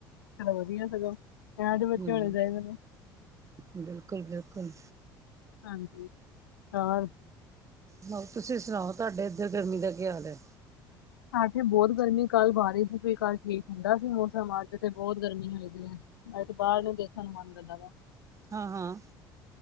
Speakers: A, on the left; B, on the right.
A: ਚਲੋ ਵਧੀਆ ਸਗੋਂ ਇਹੋ ਜਿਹੇ ਬੱਚੇ
B: ਹਮ
A: ਹੋਣੇ ਚਾਹੀਦੇ ਨੇ।
B: ਬਿਲਕੁਲ ਬਿਲਕੁਲ।
A: ਹਾਂਜੀ, ਹੋਰ
B: ਬ ਤੁਸੀਂ ਸੁਣਾਓ। ਤੁਹਾਡੇ ਇੱਧਰ ਗਰਮੀ ਦਾ ਕੀ ਹਾਲ ਏ?
A: ਅੱਜ ਬਹੁਤ ਗਰਮੀ ਕੱਲ੍ਹ ਬਾਰਸ਼ ਨੀ ਸੀ ਕੱਲ ਠੀਕ ਠੰਡਾ ਸੀ ਮੌਸਮ। ਅੱਜ ਤੇ ਬਹੁਤ ਗਰਮੀ ਹੋਈ ਵੀ ਐ। ਅਜ ਤੇ ਬਾਹਰ ਨੂੰ ਦੇਖਣ ਨੂੰ ਮਨ ਨੀਂ ਕਰਦਾ ਵਾ।
B: ਹਾਂ ਹਾਂ।